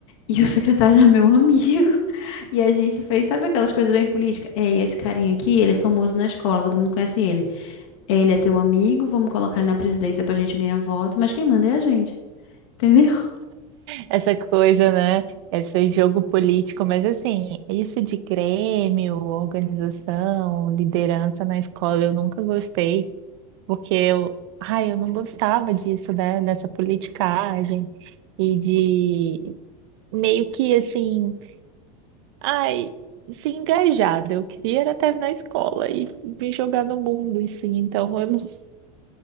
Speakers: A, on the left (about 55°); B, on the right (about 50°).
A: e o <laughs> secretário era meu amigo. <laughs> E a gente fez, sabe aquelas coisas bem políticas? É, e esse carinha aqui, ele é famoso na escola, todo mundo conhece ele. Ele é teu amigo, vamos colocar ele na presidência pra gente ganhar voto, mas quem manda é a gente, <laughs> entendeu?
B: Essa coisa, né? Esse jogo político, mas assim, isso de Grêmio, organização, liderança na escola, eu nunca gostei. porque eu, ai, eu não gostava disso, né? Dessa politicagem e de meio que assim, ai, se engajada. Eu queria era terminar a escola e me jogar no mundo, assim. Então eu não, <laughs>